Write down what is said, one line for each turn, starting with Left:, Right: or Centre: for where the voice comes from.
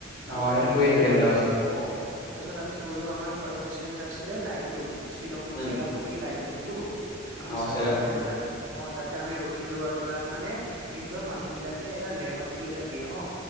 Right: তাৰপিছত
Left: অ সিহঁতে
Right: আমি
Left: শুয়ে
Right: গ'লো
Left: থাকিলে মানে বাছত
Right: অহ তাৰপিছত আমি গ'লো আমাৰ ফাৰ্ষ্টডিচেনত। আছিলে লাইকলুম। চিলংত
Left: উম
Right: চেৰাপুঞ্জী লাইটলুম। তো। আমি
Left: অ
Right: চালো
Left: চেৰাপুঞ্জী
Right: মানে তাত অহ। আমি ৰখিলো আৰু তাত মানে সিন্তৰ মানুহ বিলাকে এটা লেমন টি এটা দিয়ে হ।